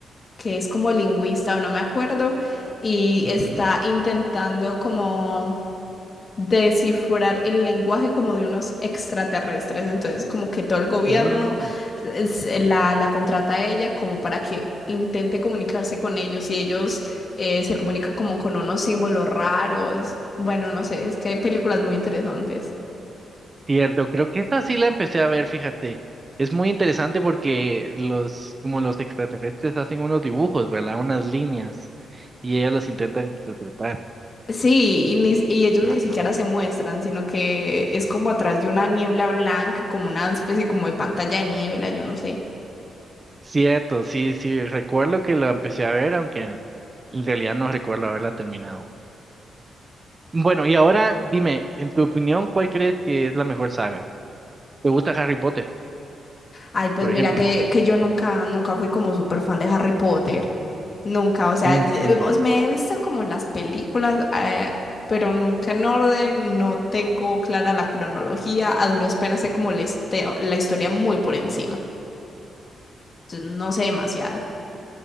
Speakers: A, on the left; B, on the right.
A: que es como lingüista o no me acuerdo y
B: Ujú.
A: está intentando como descifrar el lenguaje como de unos extraterrestres. Entonces, como que todo el gobierno
B: Mm.
A: es- eh, la, la contrata a ella como para que intente comunicarse con ellos y ellos eh, se comunican como con unos símbolos raros. Bueno, no sé, es que hay películas muy interesantes.
B: Cierto, creo que esta sí la empecé a ver, fíjate. Es muy interesante porque los, como los extraterrestres hacen unos dibujos, ¿verdad? Unas líneas y ellas las intentan interpretar.
A: Sí, y, ni- y ellos
B: Ajá.
A: ni siquiera
B: no.
A: se muestran, sino que es como atrás de una niebla blanca, como una especie como de pantalla de niebla, yo no sé.
B: Cierto, sí, sí, recuerdo que la empecé a ver, aunque en realidad no recuerdo haberla terminado. Bueno, y ahora dime, en tu opinión, ¿cuál crees que es la mejor saga? ¿Te gusta Harry Potter,
A: Ay, pues
B: por
A: mira
B: ejemplo?
A: que, que yo nunca, nunca fui como súper fan de Harry Potter. Nunca, o sea,
B: En
A: ye-
B: serio.
A: eh, os- me he visto como en las películas, eh, pero nunca en orden, no tengo clara la cronología, a duras penas sé como la, histe- la historia muy por encima. Entonces no sé demasiado.